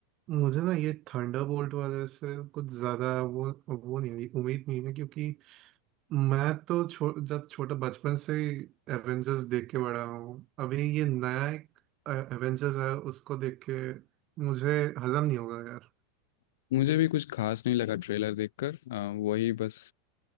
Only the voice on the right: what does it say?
मुझे ना ये थंडरबोल्ट वाले से कुछ ज्यादा वो वो नहीं है, उम्मीद नहीं है क्योंकि मैं तो छो, जब छोटा बचपन से ही एवेंजर्स देख के बड़ा हूँ अभी ये नया एक एवेंजर्स है उसको देख के मुझे हजम नहीं होगा यार